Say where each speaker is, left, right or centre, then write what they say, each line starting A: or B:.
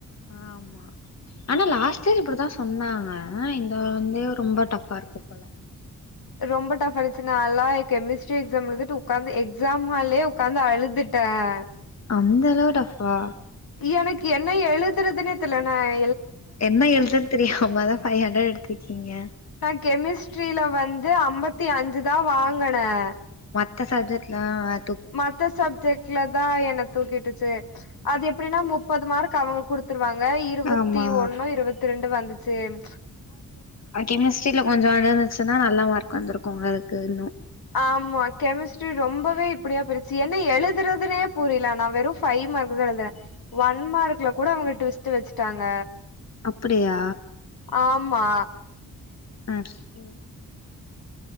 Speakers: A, on the left; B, on the left.
A: ஆம்மா ஆனா லாஸ்ட்டே இப்புடித்தான் சொன்னாங்க இந்த வந்தே ரொம்ப டஃப்பா இருக்கு போல
B: ரொம்ப டஃப் ஆயிடிச்சுனா நல்லா கெமிஸ்ட்ரி எக்ஸாம் முடிஞ்சுட்டு உக்காந்து எக்ஸாம் ஹால்லயே உக்காந்து அழுதுட்டேன்
A: அந்த அளவு டஃபா
B: எனக்கு என்ன எழுதுறதுன்னே தெர்ல என்னை
A: என்ன எழுதரத்து தெரியாமா தான் ஃபைவ் ஹண்ட்ரட் எடுத்திருக்கீங்க
B: கெமிஸ்ட்ரியில வந்து ஐம்பத்தி அஞ்சு தான் வாங்கன் ஏ
A: இந்த சப்ஜட்ல அத்
B: மத்த சப்ஜெக்ட்ல தா என்ன தூக்கி உட்டுச்சே அது எப்டின்னா முப்பது மார்க் அவுங்க குடுத்து வாங்க இருவத்தி
A: ஆமா
B: ஒன்னு இருவத்தி ரெண்டு வந்துது சேம்
A: அ கெமிஸ்ட்ரியில கொஞ்சோ வந்துர்ந்துச்சுனா நல்லா மார்க் வந்துருக்கும்ங்க கர்ணு
B: ஆம்மா கெமிஸ்ட்ரி ரொம்பவே இப்டியாப்புரிச்சு என்ன எழுதுறதுனே புரியல நா வெறு ஃபைவ் மார்க் தா எழுதுனேன் ஒன் மார்க்ல கூட அவங்க டுஸ்ட்டு வச்சுட்டாங்க
A: அப்படியா
B: ஆமா
A: ஆச்சுலி